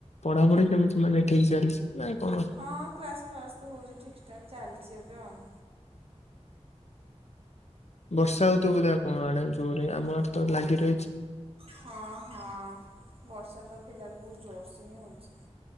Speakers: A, on the left (about 70°); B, on the right (about 55°).
A: ପଢାପଢି କେମିତି ମାନେ ଠିକ ଚାଲିଛି ନା କଣ?
B: ହଁ କ୍ଲାସ୍ ଫ୍ଲାସ ତ ହେଉଛି ଠିକ୍ ଠାକ୍ ଚାଲିଛି ଏବେ ଆଉ।
A: ବର୍ଷା ହୋଉଥିବ ବୋଧେ ଆପଣଙ୍କ ଆଡେ ଜୋରରେ ଆମ ଆଡ଼େ ତ ଲାଗି ରହିଛି।
B: ହଁ ହଁ ବର୍ଷା ତ ଫିଲହାଲ ବହୁତ ଜୋରସେ ହିଁ ହୋଉଛି।